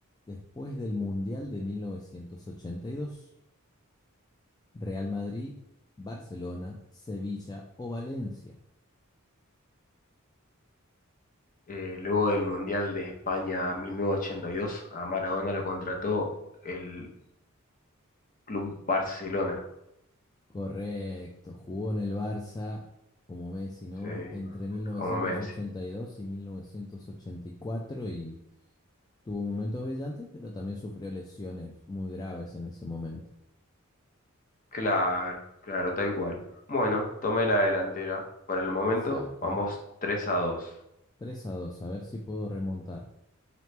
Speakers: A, on the left (about 20°); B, on the left (about 40°).
A: después del Mundial de 1982? ¿Real Madrid, Barcelona, Sevilla o Valencia?
B: Eh, luego del Mundial de España mil novecientos ochenta y dos a Maradona lo contrató el Club Barcelona.
A: Correcto, jugó en el Barça como Messi, ¿no?
B: Sí,
A: Entre mil novecientos
B: como Messi.
A: ochenta y dos y mil novecientos ochenta y y cuatro y tuvo momentos brillantes, pero también sufrió lesiones muy graves en ese momento.
B: Claro, claro, tal cual. Bueno, tomé la delantera. Por el momento,
A: Exacto.
B: vamos tres a dos
A: tres a 2. a ver si puedo remontar.